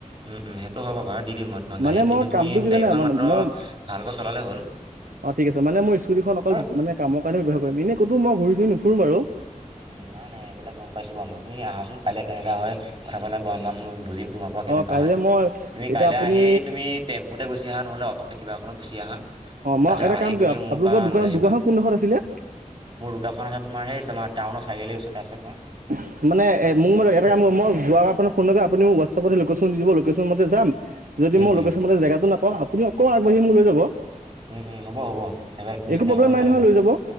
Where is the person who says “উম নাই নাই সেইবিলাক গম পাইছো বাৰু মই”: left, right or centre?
Right